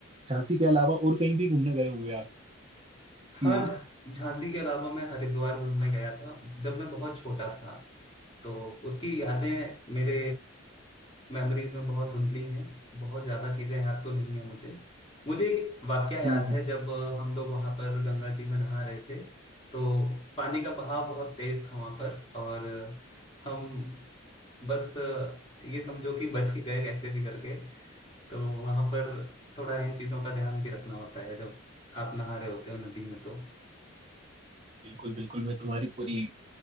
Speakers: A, on the right (about 25°); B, on the left (about 25°).
A: झांसी के अलावा और कहीं भी घूमने गए होंगे आप
B: हाँ
A: कि
B: झा- झांसी के अलावा मैं हरिद्वार घूमने गया था जब मैं बहुत छोटा था तो उसकी यादें मेरे मेमोरीज में बहुत धुंधली हैं बहुत ज़्यादा चीज़ें याद तो नहीं है मुझे मुझे एक वाकया याद
A: हम्म, हम्म,
B: है जब अ, हम लोग वहाँ पर गंगा जी में नहा रहे थे तो पानी का बहाव बहुत तेज था वहाँ पर और अ, हम बस अ, ये समझो कि बच ही गए कैसे भी करके तो वहाँ पर थोड़ा इन चीज़ों का ध्यान भी रखना होता है जब आप नहा रहे होते हो नदी में तो
A: बिल्कुल बिल्कुल मैं तुम्हारी पूरी